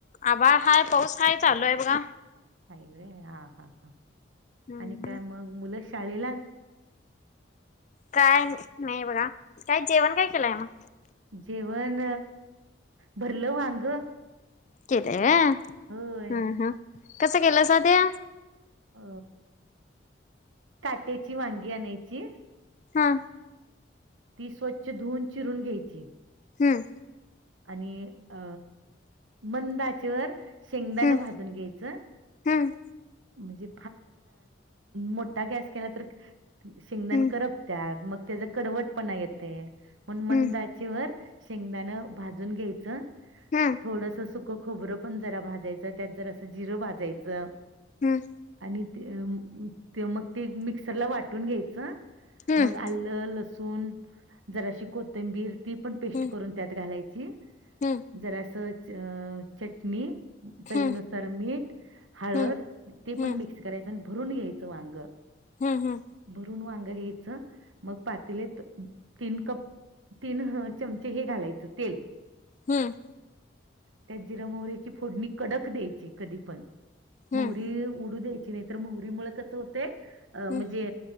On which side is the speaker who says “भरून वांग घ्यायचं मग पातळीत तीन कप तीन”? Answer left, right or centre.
Right